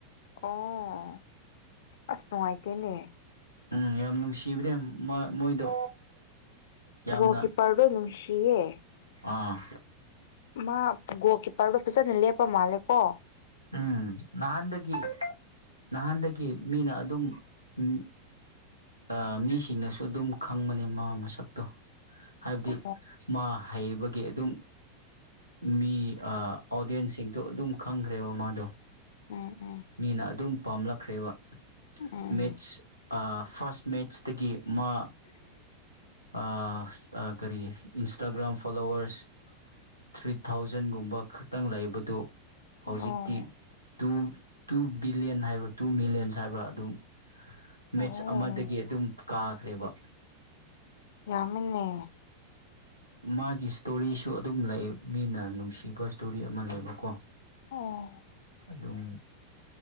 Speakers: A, on the left; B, on the right.
A: ꯑꯣ ꯑꯁ ꯅꯨꯡꯉꯥꯏꯇꯦꯅꯦ
B: ꯎꯝ ꯌꯥꯝ ꯅꯨꯡꯁꯤꯕꯅꯦ ꯃ ꯃꯣꯏꯗꯣ ꯌꯥꯝꯅ
A: ꯒꯣꯜ ꯀꯤꯞꯄꯔꯗꯣ ꯅꯨꯡꯁꯤꯌꯦ
B: ꯑꯥ
A: ꯃꯥ ꯒꯣꯜ ꯀꯤꯄꯔꯗꯣ ꯐꯖꯅ ꯂꯦꯞꯄ ꯃꯥꯜꯂꯦꯀꯣ
B: ꯎꯝ ꯅꯍꯥꯟꯗꯒꯤ ꯅꯍꯥꯟꯗꯒꯤ ꯃꯤꯅ ꯑꯗꯨꯝ ꯎꯝ ꯑꯥ ꯃꯤꯁꯤꯡꯅꯁꯨ ꯗꯨꯝ ꯈꯪꯕꯅꯦ ꯃꯥ ꯃꯁꯛꯇꯣ ꯍꯥꯏꯕꯗꯤ
A: ꯑꯣ
B: ꯃꯥ ꯍꯩꯕꯒꯤ ꯑꯗꯨꯝ ꯃꯤ ꯑꯥ ꯑꯣꯗꯤꯌꯦꯟꯁꯤꯡꯗꯣ ꯑꯗꯨꯝ ꯈꯪꯈ꯭ꯔꯦꯕ ꯃꯥꯗꯣ
A: ꯎꯝ ꯎꯝ
B: ꯃꯤꯅ ꯑꯗꯨꯝ ꯄꯥꯝꯂꯛꯈ꯭ꯔꯦꯕ
A: ꯎꯝ
B: ꯃꯦꯠꯁ ꯑꯥ ꯐꯥꯔꯁ ꯃꯦꯠ ꯏꯁꯇꯒꯤ ꯃꯥ ꯑꯥꯁ ꯑꯥ ꯀꯔꯤ ꯏꯟꯁꯇꯥꯒ꯭ꯔꯥꯝ ꯐꯣꯂꯣꯋꯔꯁ ꯊ꯭ꯔꯤ ꯊꯥꯎꯖꯟꯒꯨꯝꯕ ꯈꯠꯇꯪ ꯂꯩꯕꯗꯨ ꯍꯧꯖꯤꯛꯇꯤ
A: ꯑꯣ
B: ꯇꯨ ꯇꯨ ꯕꯤꯂꯤꯌꯟ ꯍꯥꯏꯕ꯭ꯔꯥ ꯇꯨ ꯃꯤꯂꯤꯌꯟꯁ ꯍꯥꯏꯕ꯭ꯔꯥ ꯑꯗꯨꯝ
A: ꯑꯣ
B: ꯃꯦꯠꯆ ꯑꯃꯗꯒꯤ ꯑꯗꯨꯝ ꯀꯥꯈ꯭ꯔꯦꯕ
A: ꯌꯥꯝꯃꯤꯅꯦ
B: ꯃꯥꯒꯤ ꯏꯁꯇꯣꯔꯤꯁꯨ ꯑꯗꯨꯝ ꯂꯩ ꯃꯤꯅ ꯅꯨꯡꯁꯤꯕ ꯏꯁꯇꯣꯔꯤ ꯑꯃ ꯂꯩꯕꯀꯣ
A: ꯑꯣ
B: ꯑꯗꯨꯝ